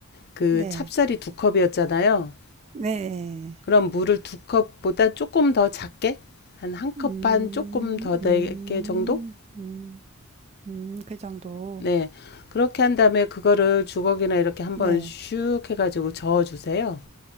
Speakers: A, on the left; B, on the right.
A: 그
B: 네.
A: 찹쌀이 두 컵이었잖아요.
B: 네.
A: 그럼 물을 두 컵보다 조금 더 작게 한 한 컵
B: 음,
A: 반 조금 더 되게
B: 음,
A: 정도?
B: 음, 음, 그 정도.
A: 네. 그렇게 한 다음에 그거를 주걱이나 이렇게 한번
B: 네.
A: 슉 해가지고 저어주세요.